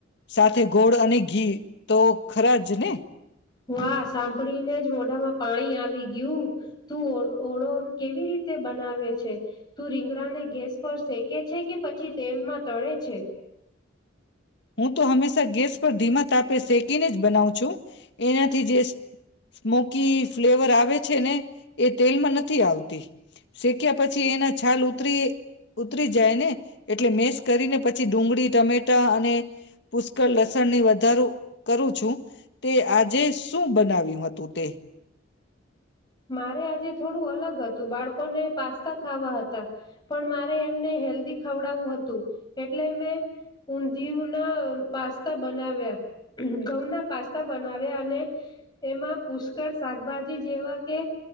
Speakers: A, on the left (about 60°); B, on the left (about 20°).
A: સાથે ગોળ અને ઘી તો ખરા જ ને
B: વાહ સાંભળીને જ મોઢામાં પાણી આવી ગયું તું ઓળો કેવી રીતે બનાવે છે તું રીંગડાને ગેસ પર શેકે છે કે પછી તેલમાં તળે છે.
A: હું તો હંમેશા ગેસ પર ધીમા તાપે શેકીને જ બનાવું છું એનાથી જે સ્મોકી ફ્લેવર આ આવે છે ને એ તેલમાં નથી આવતી શેક્યા પછી એના છાલ ઉતરી ઉતરી જાય ને એટલે મેસ કરીને પછી ડુંગળી ટમેટા અને <inaudible> પુષ્કળ લસણની વધારું કરું છું, તે આજે શું બનાવ્યું હતું તે
B: મારે આજે થોડું અલગ હતું બાળકોને પાસ્તા ખાવા હતા, પણ મારે એમને હેલ્ધી ખવડાવું હતું એટલે મેં ઊંધિયું ના પાસ્તા બનાવ્યા ઘઉં ના પાસ્તા બનાવ્યા અને એમાં પુષ્કળ શાકભાજી જેવા કે